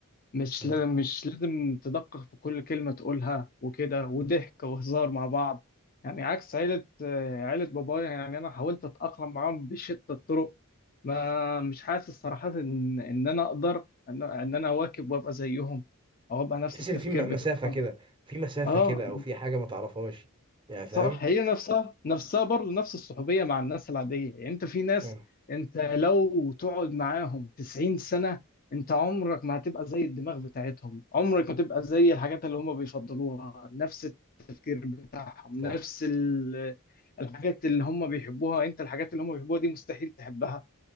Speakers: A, on the left; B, on the right.
A: مش
B: مم.
A: لازم مش لازم تدقق في كل كلمة تقولها وكده وضحك وهزار مع بعض يعني عكس عيلة آه، عيلة بابايا يعني أنا حاولت أتأقلم معاهم بشتى الطرق ما مش حاسس صراحة إن إن أنا أقدر إن إن أنا أواكب وأبقى زيهم أو أبقى نفس
B: تحس
A: التفكير
B: ان في م-
A: بتاعهم
B: مسافة كده في مسافة
A: أه
B: كده او في حاجة ما تعرفهاش يعني فاهم
A: صح هي نفسها نفسها برضه نفس الصحوبية مع الناس العادية يعني انت في ناس
B: مم.
A: انت لو تقعد معاهم 90 سنة انت عمرك ما هتبقى زي الدماغ بتاعتهم عمرك ما تبقى زي الحاجات اللي هم بيفضلوها نفس التفكير بتاعهم
B: صح
A: نفس ال- الحاجات اللي هم بيحبوها انت الحاجات اللي هم بيحبوها دي مستحيل تحبها